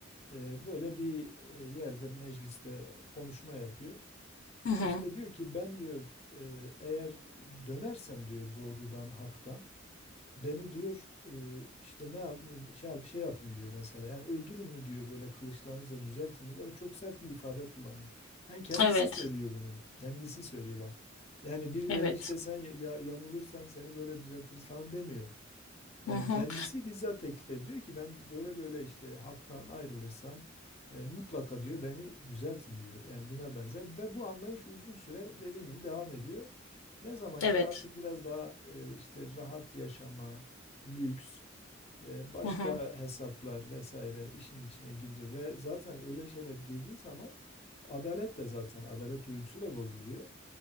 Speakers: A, on the left; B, on the left.
A: E, böyle bir e, yerde mecliste konuşma yapıyor.
B: Hı hı.
A: İşte diyor ki ben diyor e, eğer dönersem diyor doğrudan haktan beni diyor e, işte ne yap, şey, yap- şey yapın diyor mesela yani öldürün mü diyor böyle kılıçlarınızla düzeltin mi böyle çok sert bir ifade kullanıyor. Yani kendisi
B: Evet,
A: söylüyor bunu kendisi söylüyor bak yani birileri
B: evet.
A: işte sen ya, ya- yamulursan seni böyle düzeltiriz falan demiyor. Yani
B: Hı hı.
A: kendisi bizzat teklif ediyor ki ben böyle böyle işte halktan ayrılırsam e, mutlaka diyor beni düzeltin diyor. Yani buna benzer ve bu anlayış uzun süre dediğin gibi devam ediyor. Ne zaman
B: Evet.
A: ki artık biraz daha e, işte rahat yaşama, lüks, e, başka
B: Hı hı.
A: hesaplar vesaire işin içine girince ve zaten öyle şeyler girdiği zaman adalet de zaten adalet duygusu da bozuluyor.